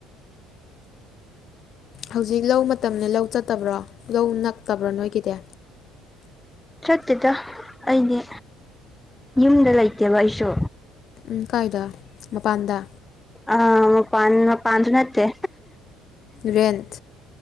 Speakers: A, on the left; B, in the centre.
A: ꯍꯧꯖꯤꯛ ꯂꯧ ꯃꯇꯝꯅꯤꯅꯦ ꯂꯧ ꯆꯠꯇꯕ꯭ꯔꯣ ꯂꯧ ꯅꯛꯇꯕ꯭ꯔꯣ ꯅꯣꯏꯒꯤꯗꯤ
B: ꯆꯠꯇꯦꯗ ꯑꯩꯗꯤ ꯌꯨꯝꯗ ꯂꯩꯇꯦꯕ ꯑꯩꯁꯨ
A: ꯎꯝ ꯀꯥꯏꯗ ꯃꯄꯥꯟꯗ
B: ꯑꯥ ꯃꯄꯥꯟ ꯃꯄꯥꯟꯁꯨ ꯅꯠꯇ
A: ꯔꯦꯟꯠ